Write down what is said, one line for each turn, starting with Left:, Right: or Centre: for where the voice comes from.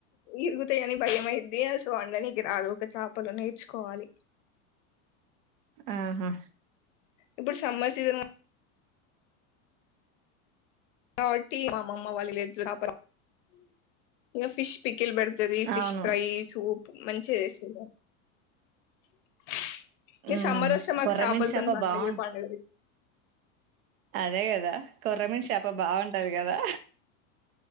Left: ఇరుగుతాయని భయంమైద్ది సో అండనీకి రాదు ఒక చాపలు నేర్చుకోవాలి
Right: ఆహా
Left: ఇప్పుడు సమ్మర్ సీజన్ కాబట్టి మా అమ్మమ్మ వాళ్ళ ఇలేజ్ లో <inaudible> ఫిష్ పి కిల్ బెడతది ఫిష్
Right: అవును
Left: ఫ్రై సూప్ మంచిగా చేసు <inaudible> ఇ
Right: ఉమ్
Left: సమ్మర్ వస్తే మాకు
Right: కొర్రమీను
Left: చాపలతోని
Right: చేప
Left: పండగే
Right: బాగుం
Left: పండుగ
Right: అదే కదా కొర్రమీన్ షాప బావున్ టది కదా